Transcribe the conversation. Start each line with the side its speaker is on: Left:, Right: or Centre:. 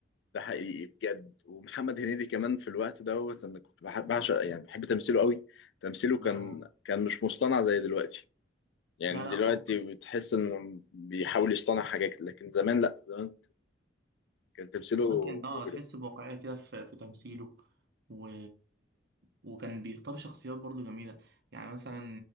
Left: ده حقيقي بجد ومحمد هنيدي كمان في الوقت دوت انا كنت بحب بعشق يعني بحب تمثيله قوي تمثيله كان
Right: إن هو
Left: كان مش مصطنع زي دلوقتي يعني
Right: لا لا
Left: دلوقتي
Right: خالص
Left: بتحس انه بيحاول يصطنع حاجات لكن زمان لا زمان كان تمثيله
Right: كمان كان اه
Left: مجرم
Right: تحس بواقعية كده في, في تمثيله و... وكان بيختار شخصيات برضو جميلة يعني مثلا